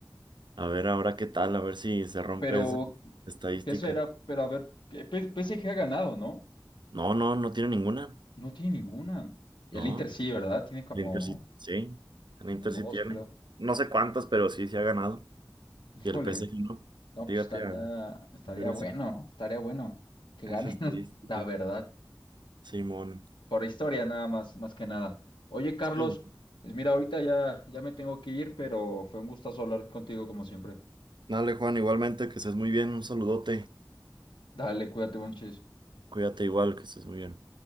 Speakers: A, on the right; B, on the left.
A: a ver ahora qué tal, a ver si se rompe
B: Pero,
A: esa estadística.
B: ¿qué será? Pero a ver, que P- PSG ha ganado, ¿no?
A: No, no, no tiene ninguna.
B: No tiene ninguna. El
A: No,
B: Inter sí, ¿verdad? Tiene como,
A: el Inter sí, sí, el
B: como
A: Inter
B: dos,
A: sí tiene.
B: creo.
A: No sé cuántas, pero sí, sí ha ganado.
B: Híjole,
A: Y el PSG no.
B: no,
A: Fíjate
B: pues estaría,
A: a
B: estaría
A: a ver esa,
B: bueno, estaría bueno que
A: esa
B: ganen,
A: estadística.
B: <laughs> la verdad.
A: Simón.
B: Por historia nada más, más que nada. Oye, Carlos,
A: Sí.
B: pues mira, ahorita ya, ya me tengo que ir, pero fue un gustazo hablar contigo como siempre.
A: Dale, Juan, igualmente que estés muy bien. Un saludote.
B: Dale, cuídate, buen chis.
A: Cuídate igual, que estés muy bien.